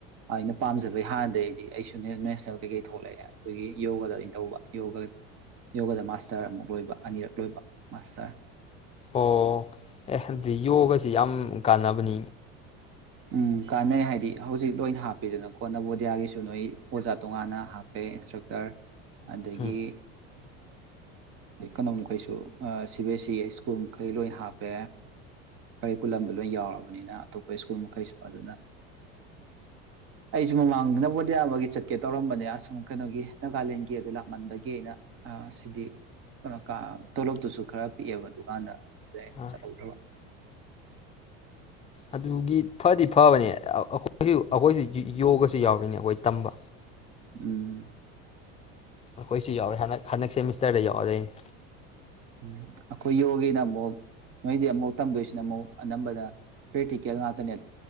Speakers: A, on the right; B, on the left.
A: ꯑꯩꯅ ꯄꯥꯝꯖꯕꯩ ꯍꯥꯟꯅꯗꯒꯤ ꯑꯩꯁꯨ ꯅꯦꯁꯅꯦꯜ ꯀꯩꯀꯩ ꯊꯣꯛꯂꯛꯑꯦ ꯑꯗꯨꯒꯤ ꯌꯣꯒꯥꯗ ꯑꯣꯏꯅ ꯇꯧꯕ ꯌꯣꯒ ꯌꯣꯒꯗ ꯃꯥꯁꯇꯔ ꯑꯃꯨꯛ ꯂꯣꯏꯕ ꯑꯅꯤꯔꯛ ꯂꯣꯏꯕ ꯃꯥꯁꯇꯔ
B: ꯑꯣ ꯑꯦ ꯑꯗꯨꯗꯤ ꯌꯣꯒꯁꯤ ꯌꯥꯝ ꯀꯥꯟꯅꯕꯅꯤ
A: ꯎꯝ ꯀꯥꯟꯅꯩ ꯍꯥꯏꯗꯤ ꯍꯧꯖꯤꯛ ꯂꯣꯏꯅ ꯍꯥꯞꯄꯦꯗꯅ ꯀꯣ ꯅꯕꯣꯗꯤꯌꯥꯒꯤꯁꯨ ꯅꯣꯏ ꯑꯣꯖꯥ ꯇꯣꯉꯥꯟꯅ ꯍꯥꯞꯄꯦ ꯏꯟꯁꯇ꯭ꯔꯛꯇꯔ ꯑꯗꯒꯤ
B: ꯎꯝ
A: ꯀꯩꯅꯣꯝꯃꯈꯩꯁꯨ C B S C school ꯃꯈꯩ ꯂꯣꯏꯅ ꯍꯥꯞꯄꯦ ꯀꯔꯤꯀꯨꯂꯝꯗ ꯂꯣꯏ ꯌꯥꯎꯔꯃꯤ <unintelligible> ꯅꯤꯅ ꯑꯇꯣꯞꯄ ꯁ꯭ꯀꯨꯜ ꯃꯈꯩꯁꯨ ꯑꯗꯨꯅ ꯑꯩꯁꯨ ꯃꯃꯥꯡꯗꯅ ꯅꯕꯣꯗꯤꯌꯥꯃꯒꯤ ꯆꯠꯀꯦ ꯇꯧꯔꯝꯕꯅꯦ ꯑꯁꯣꯝ ꯀꯩꯅꯣꯒꯤ ꯅꯥꯒꯥꯂꯦꯟꯒꯤ ꯑꯗꯨ ꯂꯥꯞꯃꯟꯕꯒꯤ ꯑꯩꯅ ꯁꯤꯗꯤ <unintelligible> ꯇꯣꯂꯣꯞꯇꯨꯁꯨ ꯈꯔ ꯄꯤꯛꯑꯦꯕ ꯑꯗꯨꯝꯀꯥꯟꯗ ꯑꯗꯨꯗ
B: ꯑꯥ
A: ꯆꯠꯍꯧꯗꯕ
B: ꯑꯗꯨꯒꯤ ꯐꯗꯤ ꯐꯕꯅꯦ ꯑꯈꯣꯏꯁꯨ ꯑꯈꯣꯏꯁꯨ ꯌꯣꯒꯁꯨ ꯌꯥꯎꯔꯤꯅꯦ ꯑꯩꯈꯣꯏ ꯇꯝꯕ
A: ꯎꯝ
B: ꯑꯩꯈꯣꯏꯁꯨ ꯌꯥꯎꯔꯦ ꯍꯟꯗꯛ ꯍꯟꯗꯛ ꯁꯦꯃꯤꯁꯇꯔꯗ ꯌꯥꯎꯔꯗꯣꯏꯅꯤ
A: ꯎꯝ ꯑꯩꯈꯣꯏ ꯌꯣꯒꯒꯤꯅ ꯑꯃꯨꯛ ꯅꯣꯏꯗꯤ ꯑꯃꯨꯛ ꯇꯝꯗꯣꯏꯁꯤꯅ ꯑꯃꯨꯛ ꯑꯅꯝꯕꯅ ꯄ꯭ꯔꯦꯛꯇꯤꯀꯦꯜ ꯉꯥꯛꯇꯅꯦ <unintelligible>